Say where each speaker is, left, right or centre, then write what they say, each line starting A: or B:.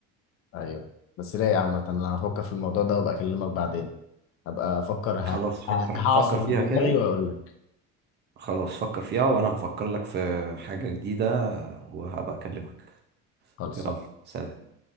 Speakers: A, on the left; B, on the right.
A: ايوه بس رايق عامة انا هفكر في الموضوع ده وابقى اكلمك بعدين هبقى افكر ه...
B: خلاص فكر
A: ه- هعصر
B: فكر فيها
A: دماغي
B: كده
A: واقول لك
B: خلاص فكر فيها وانا هفكر لك في حاجة جديدة وهبقى اكلمك
A: خلصان
B: يلا سلام